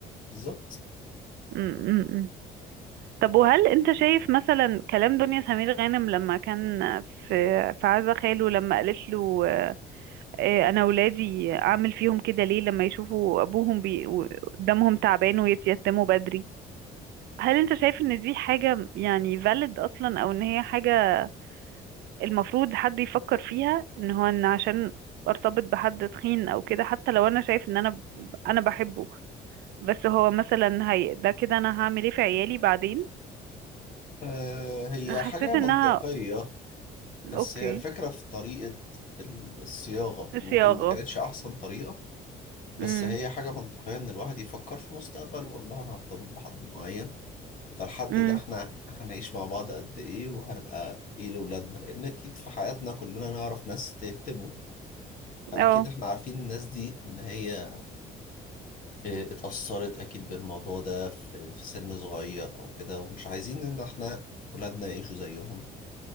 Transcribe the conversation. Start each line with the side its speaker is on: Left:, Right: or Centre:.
Left: بالظبط
Right: امم إمم، إمم. طب وهل انت شايف مثلا كلام دنيا سمير غانم لما كان في في عزا خاله لما قالت له آه، انا ولادي اعمل فيهم كده ليه لما يشوفوا ابوهم بي... و- دمهم تعبان ويتيتموا بدري هل انت شايف ان دي حاجة يعني valid اصلا او ان هي حاجة المفروض حد يفكر فيها ان هو ان عشان ارتبط بحد تخين او كده حتى لو انا شايف ان انا انا بحبه بس هو مثلا هي ده كده انا هعمل ايه في عيالي بعدين
Left: آه هي
Right: حسيت
Left: حاجة منطقية
Right: انها
Left: بس
Right: اوكي
Left: هي الفكرة في طريقة ال- الصياغة ممكن
Right: صياغة
Left: ما كانتش أحسن طريقة بس
Right: امم
Left: هي حاجة منطقية إن الواحد يفكر في مستقبل والله أنا هرتبط بحد معين فالحد
Right: امم
Left: ده إحنا هنعيش مع بعض قد إيه وهنبقى إيه لأولادنا لأن أكيد في حياتنا كلنا نعرف ناس تهتموا فأكيد
Right: اه
Left: إحنا عارفين الناس دي إن هي إيه، اتأثرت أكيد بالموضوع ده في في سن صغير أو كده ومش عايزين إن إحنا ولادنا يعيشوا زيهم